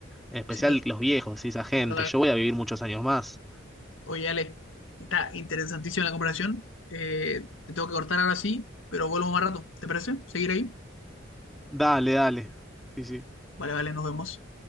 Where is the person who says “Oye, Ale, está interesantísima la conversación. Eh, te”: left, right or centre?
Left